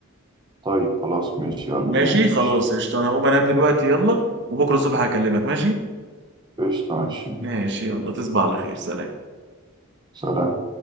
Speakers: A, on the right; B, on the right.
A: طيب خلاص ماشي يلا
B: ماشي
A: نمشي
B: خلاص قشطة انا هقوم انام دلوقتي يلا وبكرة الصبح هكلمك ماشي
A: قشطة ماشي
B: ماشي يلا تصبح على خير سلام
A: سلام